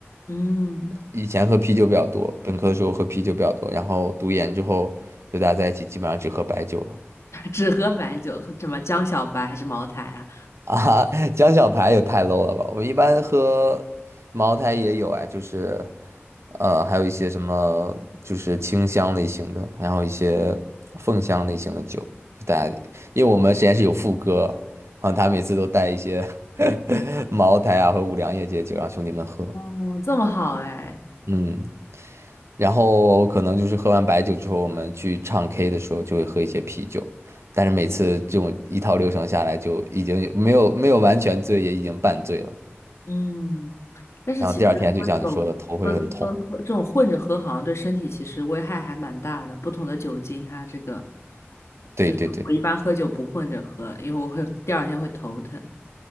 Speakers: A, on the left; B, on the right.
A: 嗯，
B: 以前喝啤酒比较多，本科的时候喝啤酒比较多，然后读研之后就大家在一起基本上只喝白酒了。
A: <laughs> 只喝白酒，喝什么江小白还是茅台啊？
B: 啊，<laughs> 江小排也太 low 了吧！我们一般喝茅台也有哎，就是呃，还有一些什么就是清香类型的，然后一些凤香类型的酒。就大家，因为我们实验室有副歌，然后他每次都带一些 <laughs> 茅台啊和五粮液这些酒让兄弟们喝。
A: 哦，这么好哎。
B: 嗯，然后可能就是喝完白酒之后，我们去唱 K 的时候就会喝一些啤酒，但是每次这种一套流程下来，就已经没有没有完全醉，也已经半醉了。
A: 嗯，但是其实喝酒喝的喝喝这种混着喝，
B: 然后第二天就像你说的，头会很痛。
A: 好像对身体其实危害还蛮大的。不同的酒精，它这个
B: 对对对
A: 就是我一般喝酒不混着喝，因为我会第二天会头疼。